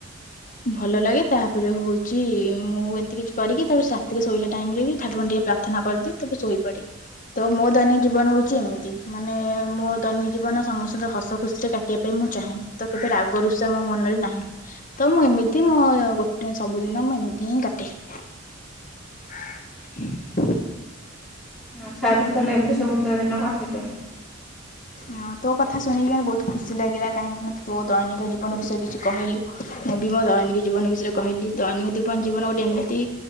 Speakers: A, on the left (about 40°); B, in the centre.
A: ଭଲ ଲାଗେ ତାପରେ ହଉଛି ମୁଁ ଏମିତି କିଛି କରିକି ତାପରେ ସାତିରେ ଶୋଇଲା ଟାଇମ ରେ ବି ଠାକୁରଙ୍କୁ ଟିକେ ପ୍ରାର୍ଥନା କରିଦିଏ ତାପରେ ଶୋଇପଡ଼େ ତ ମୋ ଦୈନି ଜୀବନ ହଉଛି ଏମିତି ମାନେ ମୋ ଦୈନି ଜୀବନ ସମସ୍ତଙ୍କ ହସ ଖୁସିରେ କାଟିବା ପାଇଁ ମୁଁ ଚାହେଁ ତ କେବେ ରାଗରୁଷା ମୋ ମନରେ ନାହିଁ ତ ମୁଁ ଏମିତି ମୋ ଗୋଟେ ସବୁଦିନ ମୁଁ ଏମିତି ହିଁ କାଟେ। <inaudible>
B: ଆଛାଦିନ ତାହେଲେ ଏମିତି ସବୁ ତିକ ଦିନ କାଟୁଛୁ।
A: ହଁ ତୋ କଥା ଶୁଣିକି ମତେ ବହୁତ ଖୁସି ଲାଗିଲା କାହିଁକିନା ତୋ ଦୈନିକ ଜୀବନ ବିଷୟରେ କିଛି କହିଲୁ ମୁଁ ବି ମୋ ଦୈନିକ ଜିବନ ବିଷୟରେ କିଛି କହିଲି ଦୈନିକ ଜିବନ ଗୋଟେ ଏମିତି